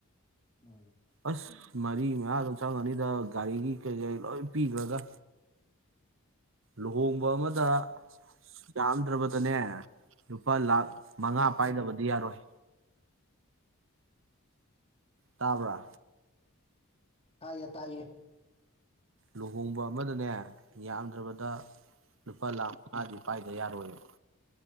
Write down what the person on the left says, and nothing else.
ꯎꯝ
ꯊꯥꯌꯦ ꯇꯏꯌꯦ